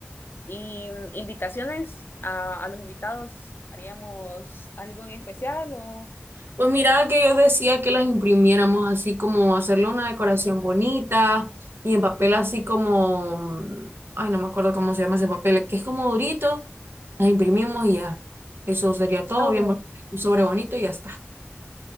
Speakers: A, on the left; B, on the right.
A: ¿Y mm, invitaciones a, a los invitados? ¿Haríamos algo en especial o...?
B: Pues mira que yo decía que las imprimiéramos así como hacerle una decoración bonita y en papel así como, mm, ay, no me acuerdo cómo se llama ese papel, que es como durito, las imprimimos y ya. Eso sería todo
A: Ah, bueno.
B: bien bonito, un sobre bonito y ya está.